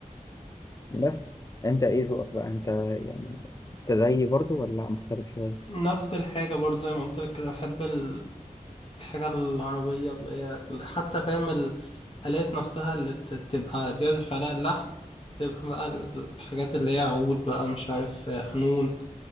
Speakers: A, on the left (about 25°); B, on the left (about 40°).
A: بس انت ايه ذوقك بقى انت يعني انت زيي برضو ولا مختلف شويه
B: نفس الحاجة برضه زي ما قلت لك كده بحب ال- الحاجة العربية اللي هي حتى فاهم الآلات نفسها اللي ت- تبقى بيعزف عليها اللحن تبقى بقى الحاجات اللي هي عود بقى مش عارف آه، قانون